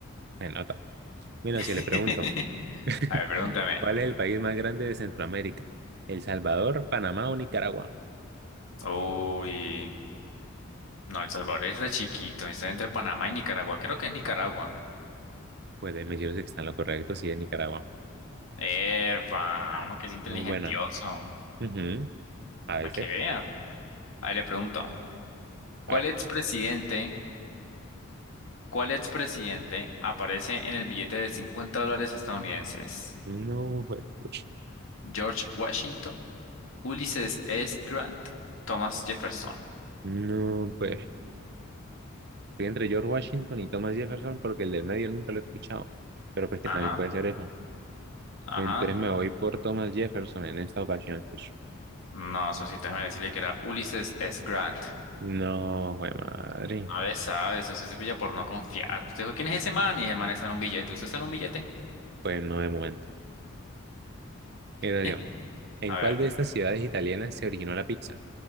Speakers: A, on the right; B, on the left.
A: Me nota. Mira,
B: <laughs>
A: si le pregunto, <laughs>
B: A ver, pregúntame.
A: ¿cuál es el país más grande de Centroamérica? ¿El Salvador, Panamá o Nicaragua?
B: Uy, no, El Salvador es re chiquito, está entre Panamá y Nicaragua, creo que es Nicaragua.
A: Pues me dijeron que está en lo correcto, sí, es Nicaragua.
B: Epa, uno que es inteligentioso,
A: Muy buena. Ujú. A veces.
B: para que vea. Ahí le pregunto, ¿cuál
A: A ver.
B: expresidente, cuál expresidente aparece en el billete de 50 dólares estadounidenses?
A: No, pues. pucha.
B: George Washington, Ulysses S. Grant, Thomas Jefferson.
A: No, pues. Estoy entre George Washington y Thomas Jefferson porque el del medio nunca lo he escuchado. Pero pues que
B: Ajá,
A: también puede ser esa.
B: ajá.
A: Entonces me voy por Thomas Jefferson en esta ocasión, pues.
B: No, Sosito, déjame decirle que era Ulysses S. Grant.
A: No, güey, madre.
B: A ver, sabes, eso se pilla por no confiar. Usted dijo, ¿quién es ese man? Y ese man está en un billete. ¿Usted está en un billete?
A: Pues no de momento. Mira,
B: <laughs>
A: yo. ¿En
B: A ver,
A: cuál de estas ciudades italianas se originó la pizza?